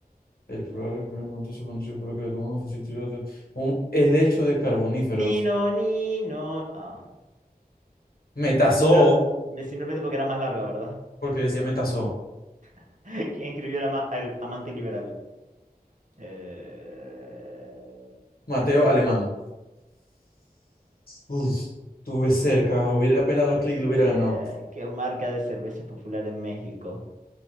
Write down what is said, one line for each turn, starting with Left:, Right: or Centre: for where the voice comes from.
Left: El probable primer montazo conocido por lo que le tomaron un fósil triloto. Un helecho de carboníferos.
Right: Nino, Nino. Ah,
Left: Metazoo,
Right: simplemente, simplemente porque era más larga, ¿verdad?
Left: porque decía metazoo.
Right: <laughs> ¿Quién escribió el, ama- el amante liberal? Eh,
Left: Mateo Alemán. Uf, estuve cerca. Hubiera pelado
Right: pues,
Left: al clic y lo hubiera
Right: de-
Left: ganado.
Right: ¿qué marca de cerveza es popular en México?